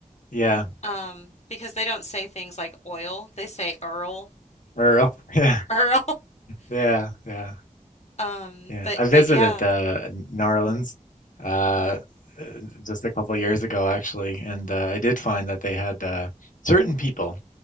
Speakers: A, on the left; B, on the left.
A: yeah,
B: um, because they don't say things like oil; they say Earl,
A: Earl. <laughs> Yeah,
B: <laughs> Earl.
A: yeah, yeah,
B: Um,
A: yeah.
B: but
A: I visited
B: but yeah.
A: uh, New Orleans uh, uh, just a couple of years ago, actually, and uh, I did find that they had uh, certain people